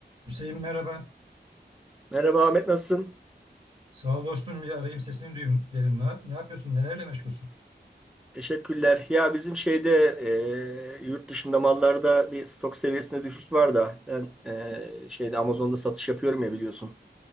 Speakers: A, on the right (about 30°); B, in the centre.
A: Hüseyin merhaba.
B: Merhaba Ahmet nasılsın?
A: Sağ ol dostum bir arayayım sesini duyayım dedim. Ne, ne yapıyorsun? Nelerle meşgulsün?
B: Teşekkürler. Ya bizim şeyde e, yurt dışında mallarda bir stok seviyesinde düşüş var da ben e, şeyde Amazon'da satış yapıyorum ya biliyorsun.